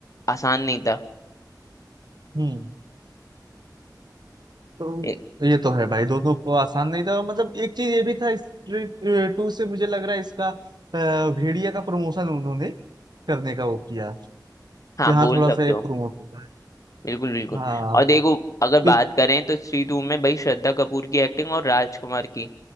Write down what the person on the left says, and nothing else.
आसान नहीं था
ए-
हाँ
बोल
सकते
हो
बिल्कुल बिल्कुल
और देखो अगर बात
करें तो श्री टू में भाई श्रद्धा कपूर की एक्टिंग और राजकुमार की